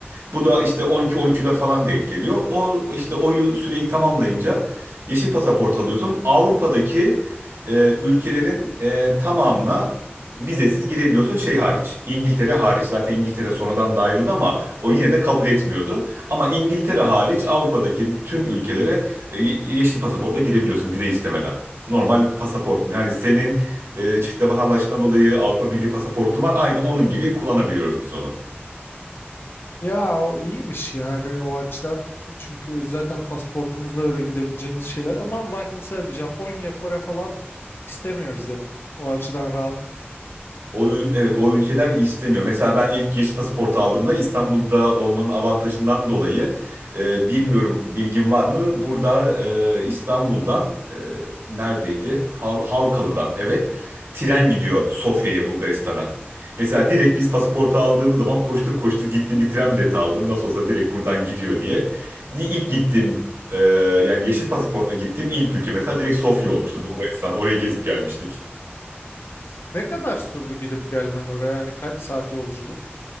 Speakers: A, on the right; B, on the left.
A: Bu da işte 12-13'üde falan denk geliyor. O işte o yıl- süreyi tamamlayınca yeşil pasaport alıyorsun. Avrupa'daki e, ülkelerin e, tamamına vizesiz girebiliyorsun şey hariç. İngiltere hariç. Zaten İngiltere sonradan da ayrıldı ama o yine de kabul etmiyordu. Ama İngiltere hariç Avrupa'daki bütün ülkelere e, ye- yeşil pasaportla girebiliyorsun vize istemeden. Normal pasaport. Yani senin e, çift vatandaşlığından dolayı Avrupa Birliği pasaportun var. Aynı onun gibi kullanabiliyoruz biz onu.
B: Ya o iyiymiş yani o açıdan. Çünkü zaten pasaportumuzla öyle gidebileceğimiz şeyler. Ama bak mesela Japonya, Kore falan istemiyor vize. O açıdan rahat.
A: O, ül- evet o ülkeler istemiyor. Mesela ben ilk yeşil pasaportu aldığımda İstanbul'da olmanın avantajından dolayı e, bilmiyorum bilgin var mı? Burada e, İstanbul'dan e, neredeydi? Hal, Halkalı'dan evet tren gidiyor Sofya'ya Bulgaristan'a. Mesela direkt biz pasaportu aldığımız zaman koştur koştur gittim bir tren bileti aldım. Nasıl olsa direkt buradan gidiyor diye. Di- İlk gittim yani yeşil pasaportla gittiğim ilk ülke mesela direkt Sofya
B: <laughs>
A: olmuştu Bulgaristan. Orayı gezip gelmiştik.
B: Ne kadar sürdü gidip gelmen oraya? Yani kaç saat yolculuk?